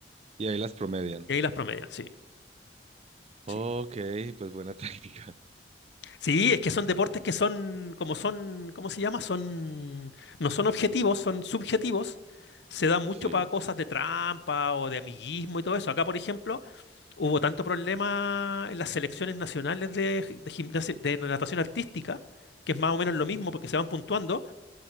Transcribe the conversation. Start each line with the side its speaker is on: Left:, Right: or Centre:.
Right: Y ahí las promedian.
Left: Y ahí las promedian, sí.
Right: Ok,
Left: Sí.
Right: pues buena <laughs> técnica.
Left: Sí, es que son deportes que son, como son, ¿cómo se llama? Son, no son objetivos, son subjetivos. Se da mucho
Right: Sí.
Left: para cosas de trampa o de amiguismo y todo eso. Acá, por ejemplo, hubo tanto problema en las selecciones nacionales de, gi- de gimnasia- de natación artística, que es más o menos lo mismo porque se van puntuando,